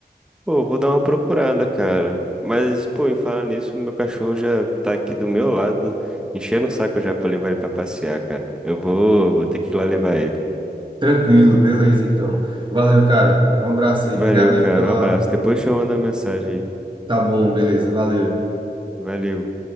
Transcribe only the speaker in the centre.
Pô, vou dar uma procurada, cara. Mas, pô, em falar nisso, meu cachorro já tá aqui do meu lado, enchendo o saco já pra eu levar ele pra passear, cara. Eu vou, vou ter que ir lá levar ele.
Valeu,
cara.
Um abraço. Depois te manda mensagem aí.
Valeu.